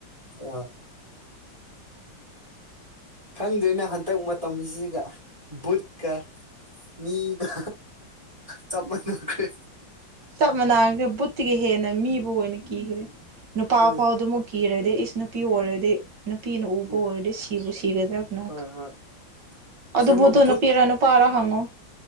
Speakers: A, on the right; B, on the right.
A: ꯑꯥ ꯈꯪꯗ꯭ꯔ‌ꯦꯅ‌ꯦ ꯍꯟꯇꯛ ꯃꯇꯝꯁꯤꯒ ꯕꯨꯠꯀ ꯃꯤꯒ ꯆꯞ ꯃꯥꯟꯅꯈ꯭ꯔꯦ
B: ꯆꯞ ꯃꯥꯟꯅꯥꯈ꯭ꯔꯦ ꯕꯨꯠꯇꯒꯤ ꯍꯦꯟꯅ ꯃꯤꯕꯨ ꯑꯣꯏꯅ ꯀꯤꯈ꯭ꯔꯦ ꯅꯨꯄꯥ
A: ꯍꯣꯏ
B: ꯐꯥꯎꯗꯨꯃꯨꯛ ꯀꯤꯔꯗꯤ ꯏꯁ ꯅꯨꯄꯤ ꯑꯣꯏꯔꯗꯤ ꯅꯨꯄꯤꯅ ꯎꯕ
A: ꯎꯝ
B: ꯑꯣꯏꯔꯗꯤ ꯁꯤꯕꯨ ꯁꯤꯒꯗ꯭ꯔꯥꯅ ꯀꯅꯥ
A: ꯍꯣꯏ
B: ꯈꯪ
A: ꯍꯣꯏ
B: ꯑꯗꯨ
A: ꯑꯁꯦꯡꯕ
B: ꯕꯨꯠꯗꯣ ꯅꯨꯄꯤꯔ
A: ꯚꯨꯠ
B: ꯅꯨꯞ ꯄꯔꯥ ꯍꯪꯉꯣ